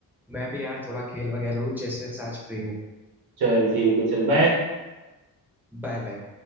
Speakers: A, in the centre; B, on the right.
A: मैं भी यार थोड़ा खेल वगैरह लूँ चेस वेस आज फ्री हूँ
B: चल ठीक है चल बाय
A: Bye bye